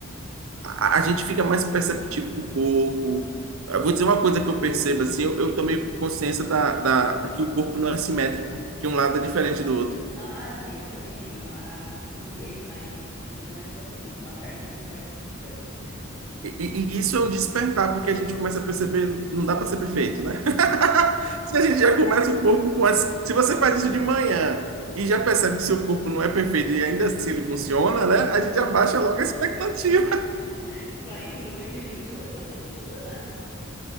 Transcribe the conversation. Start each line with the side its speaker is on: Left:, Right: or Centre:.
Right: a, a gente fica mais perceptivo do corpo. Eu vou dizer uma coisa que eu percebo, assim, eu, eu tomei consciência da, da, que o corpo não é simétrico, que um lado é diferente do outro.
Left: Não, ah, sim, eu também tenho uma- a- um, um joelho mais, um pouquinho mais pra cima, tipo, uma perna um pouco mais curta que a outra.
Right: E, e- e isso é um despertar, porque a gente começa a perceber, não dá para ser perfeito, né? <laughs> Se a gente já começa o corpo com as... Se você faz isso de manhã e já percebe que seu corpo não é perfeito e ainda assim ele funciona, né? A gente abaixa logo a expectativa.
Left: <laughs> Lá indo de um jeito ou de outro vai ter que funcionar.